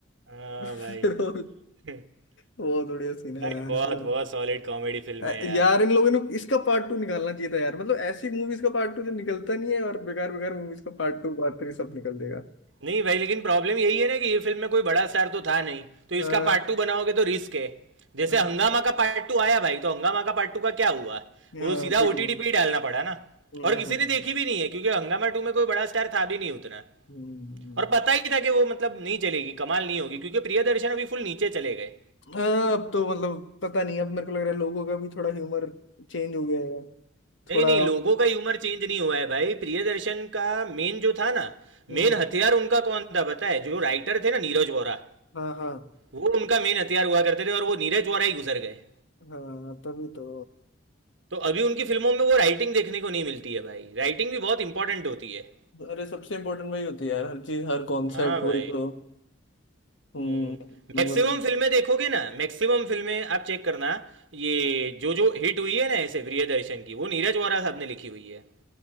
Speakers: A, on the right; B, on the left.
A: हाँ
B: <laughs>
A: भाई
B: फिर वो
A: <laughs>
B: बहुत बढ़िया सीन है
A: भाई
B: यार
A: बहुत
B: इसमें
A: बहुत सॉलिड कॉमेडी फिल्म
B: अ,
A: है यार
B: यार इन लोगों ने इसका पार्ट टू निकालना चाहिए था यार मतलब ऐसी मूवीज का पार्ट टू जो निकलता नहीं है और बेकार बेकार मूवीज का पार्ट टू पार्ट थ्री सब निकल देगा
A: नहीं भाई लेकिन प्रॉब्लम यही है ना कि ये फिल्म में कोई बड़ा स्टार तो था नहीं तो इसका
B: हाँ
A: पार्ट टू बनाओगे तो रिस्क है जैसे
B: हाँ
A: हंगामा का पार्ट टू आया भाई तो हंगामा का पार्ट टू का क्या हुआ
B: हाँ,
A: वो सीधा
B: पिट
A: ओटीटी
B: गया
A: पे ही डालना पड़ा ना
B: हम्म
A: और किसी
B: हम्म
A: ने देखी भी नहीं है क्योंकि हंगामा टू में कोई बड़ा स्टार था भी नहीं उतना
B: हम्म, हम्म, हम्म।
A: और पता ही था कि वो मतलब नहीं चलेगी कमाल नहीं होगी क्योंकि प्रियदर्शन अभी फुल नीचे चले गए
B: हाँ अब तो मतलब पता नहीं अब मेरे को लग रहा है लोगों का भी थोड़ा ह्यूमर चेंज हो गया है
A: नहीं
B: थोड़ा
A: नहीं लोगों का ह्यूमर चेंज नहीं हुआ है भाई प्रियदर्शन का मेन जो था ना
B: हम्म
A: मेन हथियार उनका कौन था पता है जो राइटर थे ना नीरज वोरा
B: हाँ हाँ
A: वो उनका मेन हथियार हुआ करते थे और वो नीरज वोरा ही गुजर गए
B: हाँ तभी तो
A: तो अभी उनकी फिल्मों में वो राइटिंग देखने को नहीं मिलती है भाई राइटिंग भी बहुत इंपॉर्टेंट होती है
B: अरे सबसे इम्पोर्टेंट वही होती है यार हर चीज हर कॉन्सेप्ट
A: हाँ भाई
B: वही तो हम्म
A: हम्म मैक्सिमम
B: वरना
A: फिल्में देखोगे ना मैक्सिमम फिल्में आप चेक करना ये जो जो हिट हुई है ना ऐसे प्रियदर्शन की वो नीरज वोरा साहब ने लिखी हुई है